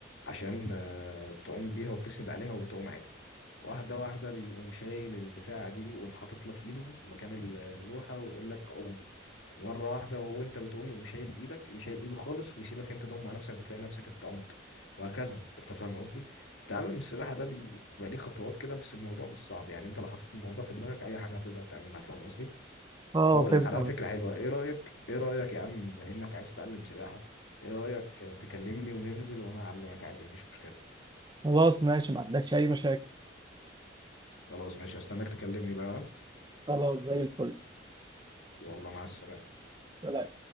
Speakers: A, on the left; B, on the right.
A: عشان آه، تعوم بيها وبتسند عليها وبتعوم عادي واحدة واحدة بيقوم شايل البتاعة دي ويقوم حاطط لك ايده مكان اللوحة ويقول لك قوم مرة واحدة وانت بتقوم يقوم شايل ايدك يشيل ايده خالص ويسيبك انت تقوم مع نفسك بتلاقي نفسك انت قمت وهكذا انت فاهم قصدي؟ تعلم السباحة ده بي- بيبقى ليه خطوات كده بس الموضوع مش صعب يعني انت لو حطيت الموضوع في دماغك اي حاجة هتقدر تعملها فاهم قصدي؟
B: اه
A: بقول
B: فهمت
A: لك على
B: قصدك
A: فكرة حلوة ايه رأيك؟ ايه رأيك يا عم بما انك عايز تتعلم سباحة؟ ايه رأيك تكلمني وننزل وانا اعلمك عادي مفيش مشكلة
B: خلاص ماشي ما عندكش اي مشاكل
A: خلاص ماشي هستناك تكلمني بقى
B: خلاص زي الفل
A: يلا مع السلامة
B: سلام